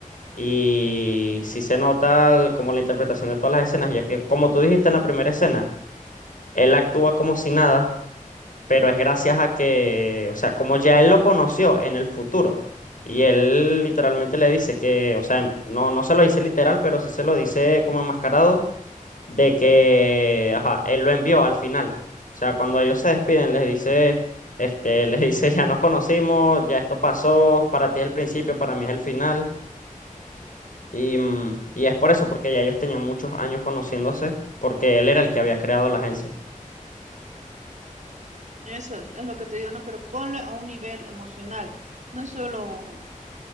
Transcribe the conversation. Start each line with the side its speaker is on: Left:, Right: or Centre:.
Left: y sí se nota el- como la interpretación de todas las escenas, ya que como tú dijiste en la primera escena, él actúa como si nada pero es gracias a que, o sea, como ya él lo conoció en el futuro, y él literalmente le dice que, o sea, em- no, no se lo dice literal, pero sí se lo dice como enmascarado, de que, ajá, él lo envió al final. O sea, cuando ellos se despiden, les dice, este, <laughs> les dice, ya nos conocimos, ya esto pasó, para ti es el principio, para mí es el final. Y, mm, y es por eso, porque ya ellos tenían muchos años conociéndose, porque él era el que había creado la agencia.
Right: Eso es es lo que te digo, ¿no? Pero ponle a un nivel emocional, no solo...